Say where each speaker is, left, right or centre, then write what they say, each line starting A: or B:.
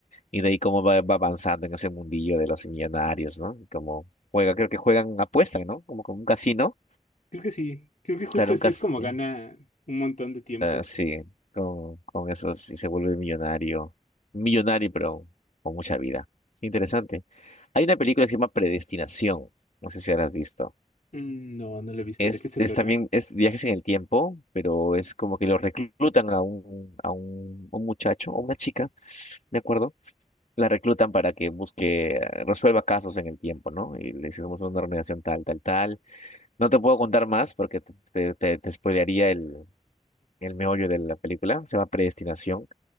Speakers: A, on the left; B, on the left.
A: Y de ahí cómo va, va avanzando en ese mundillo de los millonarios, ¿no? Como juega, creo que juegan, apuestan, ¿no? Como con un casino.
B: Creo que sí. Creo que justo
A: Claro,
B: así
A: un casino.
B: es como gana un montón de tiempo.
A: Sí, con, con eso sí se vuelve millonario. Millonario, pero con mucha vida. Es interesante. Hay una película que se llama Predestinación. No sé si la has visto.
B: Mm, No, no lo he visto.
A: Es,
B: ¿De qué se
A: es
B: trata?
A: también, es viajes en el tiempo, pero es como que lo reclutan a un, a un, un muchacho, o una chica, me acuerdo, la reclutan para que busque, eh, resuelva casos en el tiempo, ¿no? Y le hicimos una organización tal, tal, tal. No te puedo contar más porque te, te, te- te spoilearía el, el meollo de la película. Se llama Predestinación.